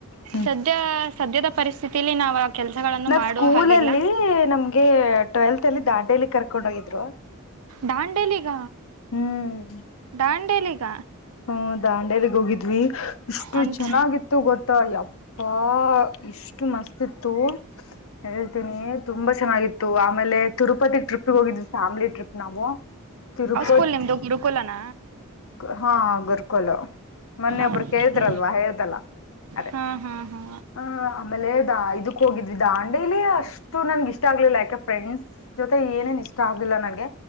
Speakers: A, on the left; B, on the right.
A: ಹ್ಮ್
B: ಸದ್ಯ ಸದ್ಯದ ಪರಿಸ್ಥಿತಿಲಿ ನಾವವು ಆ ಕೆಲ್ಸಗಳನ್ನು
A: ನಾವ್
B: ಮಾಡುವ
A: ಸ್ಕೂಲ
B: ಹಲ್ಲ
A: ಅಲ್ಲಿ ನಮ್ಗೆ ಟ್ವೆಲ್ತ್ ಅಲ್ಲಿ ದಾಂಡೇಲಿ ಕರ್ಕೊಂಡ್ ಹೋಗಿದ್ರು.
B: ದಾಂಡೇಲಿಗ
A: ಹ್ಮ್
B: ದಾಂಡೇಲಿಗ
A: ಹ್ಮ ದಾಂಡೇಗ್ ಹೋಗಿದ್ವಿ ಇಷ್ಟು
B: ಅಂತ
A: ಚೆನ್ನಾಗಿತ್ತು ಗೊತ್ತ ತ್ತ ಅಪ್ಪಾ ಇಷ್ಟು ಮಸ್ತ್ ಇತ್ತು ಹೇಳ್ತೀನಿ. ತುಂಬಾ ಚೆನ್ನಾಗಿತ್ತು ಆಮೇಲೆ ತಿರುಪತಿ ಟ್ರಿಪ್ ಹೋಗಿದ್ವಿ ಫ್ಯಾಮಿಲಿ ಟ್ರಿಪ್ಗೆ ನಾವು. ತಿರುಪತಿ
B: ಕೂಲ್ ನಿಮ್ದು ಗುರುಕುಲನ
A: ಹಾ ಗುರ್ಕಲ್ ಮೊನ್ನೆೊಬ್ಬರು
B: ಓಕೆ
A: ಕೇಳಿದ್ರಲ್ವಾ ಹೇಳ್ದಲ್ಲ. ಅದೇ
B: ಹಾ ಹಾ ಹಾ
A: ಹ ಆಮೇಲೆ ದ ಇದಕ್ ಹೋಗಿದ್ವಿ ದಾ ದಂಡೇಲಿ ಅಷ್ಟು ನನ್ಗ ಇಷ್ಟ ಆಗ್ಲಿಲ್ಲ ಯಾಕೆ ಫ್ರೆಂಡ್ಸ್ ಜೊತೆ ಏನೆನ್ ಇಷ್ಟ ಆಗ್ಲಿಲ್ಲ ನನ್ಗೆ.